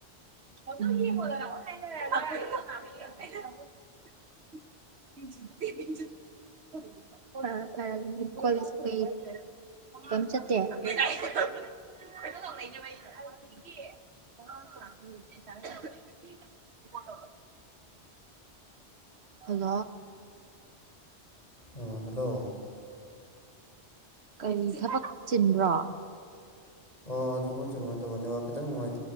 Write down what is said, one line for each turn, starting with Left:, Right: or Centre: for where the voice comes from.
Right: <unintelligible> <inaudible> <unintelligible> ꯀꯝ ꯆꯠꯇꯦ <unintelligible> ꯍꯜꯂꯣ
Left: ꯑꯣ ꯍꯜꯂꯣ
Right: ꯀꯔꯤ ꯊꯕꯛ ꯆꯤꯟꯕ꯭ꯔꯣ
Left: ꯑꯣ ꯊꯕꯛ ꯆꯤꯟꯕ ꯅꯠꯇꯕ ꯅꯦꯠꯋꯔꯛ ꯈꯤꯇꯪ ꯅꯨꯉꯥꯌ